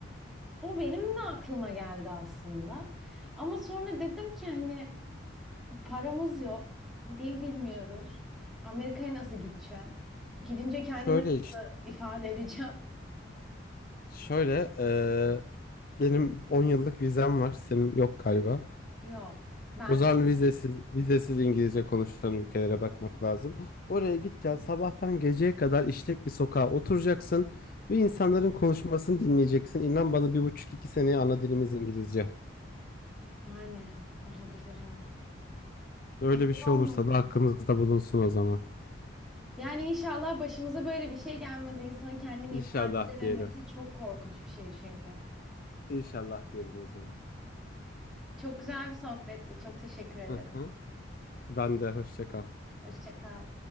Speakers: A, in the centre; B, on the left (about 45°).
A: o benim de aklıma geldi aslında. Ama sonra dedim ki hani Paramız yok. Dil bilmiyoruz. Amerika'ya nasıl gideceğim? Gidince kendimi
B: Şöyle işte,
A: nasıl ifade edeceğim? <laughs>
B: şöyle eee, benim 10 yıllık vizem var, senin yok galiba.
A: Yok. Ben
B: O zaman
A: de
B: vizesiz, vizesiz İngilizce konuşulan ülkelere bakmak lazım. Oraya gideceksin, sabahtan geceye kadar işlek bir sokağa oturacaksın ve insanların konuşmasını dinleyeceksin. İnan bana bir buçuk iki seneye ana dilimiz İngilizce.
A: yani olabilir evet.
B: Öyle
A: Neden
B: bir şey
A: olmasın?
B: olursa da hakkımızda bulunsun o zaman.
A: Yani inşallah başımıza böyle bir şey gelmez. İnsanın kendini
B: İnşallah
A: ifade edememesi
B: diyelim.
A: çok korkunç bir şey çünkü.
B: İnşallah diyelim o zaman.
A: Çok güzel bir sohbetti. Çok teşekkür ederim.
B: Hı hı. Ben de hoşça kal.
A: Hoşça kal.